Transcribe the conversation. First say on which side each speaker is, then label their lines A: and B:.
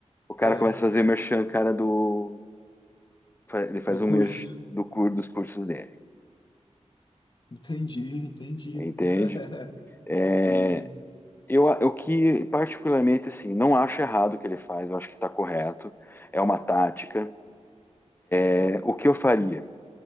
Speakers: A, on the left; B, on the left.
A: o cara
B: Ah,
A: começa a fazer merchan, cara, do... Ele faz
B: do
A: um
B: curso.
A: merchan do, cur- dos cursos dele.
B: Entendi, entendi.
A: Entende?
B: <laughs>
A: É,
B: Sim.
A: eu, eu que, particularmente, assim, não acho errado o que ele faz, eu acho que está correto, é uma tática, É, o que eu faria?